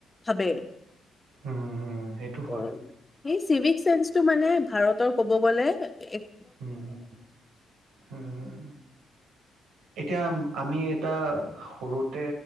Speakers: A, on the left; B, on the right.
A: ভাবে
B: উম হম সেইটো
A: হয় সেই চিভিক চেন্সটো মানে ভাৰতৰ ক'ব গ'লে এক
B: হম হম হম এতিয়া আমি এটা সৰুতে